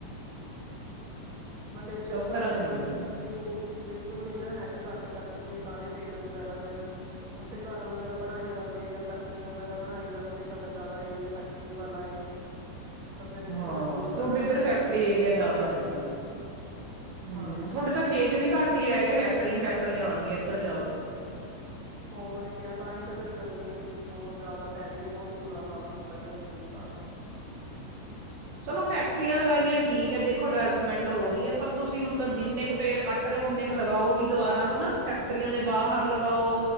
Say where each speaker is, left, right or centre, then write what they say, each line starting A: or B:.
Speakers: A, on the right; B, on the right.
A: ਬਟ ਇੱਧਰ
B: ਸਭ
A: ਸਾਡੇ
B: ਤਰ੍ਹਾਂ ਦੇ
A: ਤਾਂ
B: ਮਿਲ
A: ਬਿਲਕੁਲ
B: ਜਾਂਦੇ
A: ਵੀ ਨੀ ਬਿਲਕੁਲ ਨੀ ਹੈਗੇ ਕੱਟ ਕੱਟ ਕੇ ਸਾਰੇ ਪੇਡ ਵਗੈਰਾ ਫਿਰ ਉੱਥੇ ਘਰ ਵਗੈਰਾ ਬਣਾਏ ਜਾਂਦੇ ਜਾਂ ਫੈਕਟਰੀਆਂ ਵਗੈਰਾ ਬਣਾਈ ਜਾਂਦੇ ਆ ਸਾਡਾ ਜ਼ਿਆਦਾ ਏਰੀਆ ਫੈਕਟਰੀ ਵਾਲਾ ਏ ਤਾਂ ਫੇਰ ਇੱਥੇ
B: ਹਾਂ
A: ਤਾਂ ਬਹੁਤ ਜ਼ਿਆਦਾ
B: ਤੁਹਾਡੇ ਇਧਰ
A: ਟੈਂਪਰੇਚਰ
B: ਫੈਕਟਰੀ ਏਰੀਆ
A: ਵਧਿਆ ਹੋਇਆ
B: ਜਿਆਦਾ ਆ
A: ਹੈ
B: ਜਾਂਦਾ ਹਮ
A: ਹਾਂਜੀ।
B: ਤੁਹਾਡੇ ਤਾਂ ਖੇਤ ਵੀ ਘੱਟ ਕੀ ਰਹਿ ਗਏ ਫੈਕਟਰੀਆਂ ਫੈਕਟਰੀਆਂ ਬਣ ਗੀਆਂ ਇੱਧਰ ਜ਼ਿਆਦਾ
A: ਹੋਰ ਕਿਹਾ ਤਾਹੀ ਤਾਂ ਫੇਰ ਗਰਮੀ ਬਹੁਤ ਜਿਹਦਾ ਪੈ ਰਹੀ ਹੈ ਬਹੁਤ ਬੁਰਾ ਹਾਲ ਹੁੰਦਾ ਗਰਮੀ ਚ ਤਾਂ
B: ਚਲੋ ਫੈਕਟਰੀਆਂ ਲਗਾਈਆਂ ਠੀਕ ਹੈ ਦੇਖੋ ਡਿਵੈਲਪਮੈਂਟ ਹੋ ਰਹੀ ਹੈ ਪਰ ਤੁਸੀਂ ਮਤਲਬ ਜਿੰਨੇ ਕੁ ਪੇੜ ਕੱਟ ਰਹੇ ਹੋ ਓਨੇ ਕੁ ਲਗਾਓ ਵੀ ਦੁਬਾਰਾ ਹਨਾ ਫੈਕਟਰੀਆਂ ਦੇ ਬਾਹਰ ਲਗਾਓ